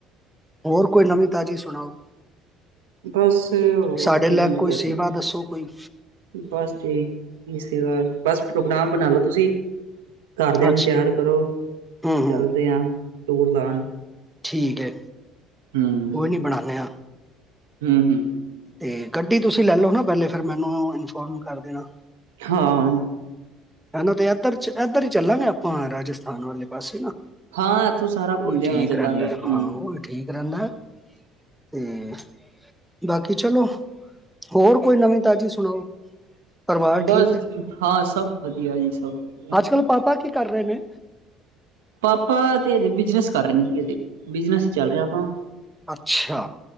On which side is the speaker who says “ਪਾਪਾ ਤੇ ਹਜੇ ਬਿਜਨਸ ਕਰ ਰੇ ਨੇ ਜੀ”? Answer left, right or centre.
Right